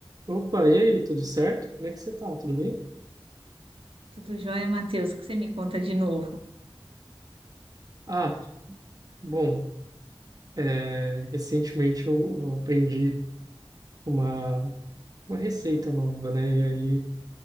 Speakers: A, on the right; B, on the right.
A: Opa, e aí, tudo certo? Como é que você tá? Tudo bem?
B: Tudo jóia, Matheus? O que você me conta de novo?
A: Ah, bom, é, recentemente eu, eu aprendi uma, uma receita nova, né? E aí